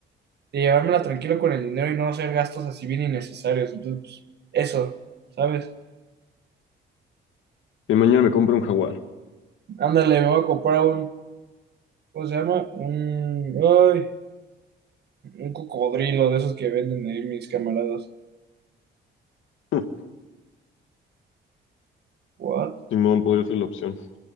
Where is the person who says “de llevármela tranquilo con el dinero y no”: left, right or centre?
Right